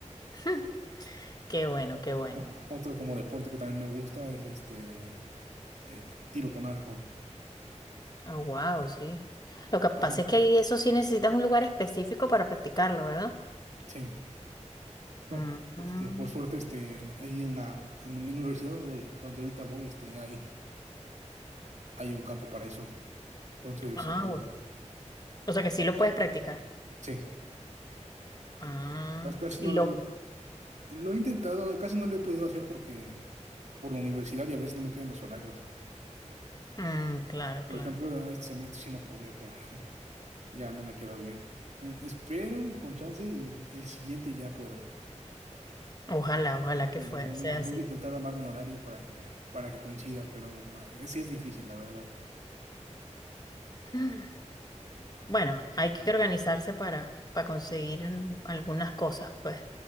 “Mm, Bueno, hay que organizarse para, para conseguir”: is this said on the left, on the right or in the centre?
Left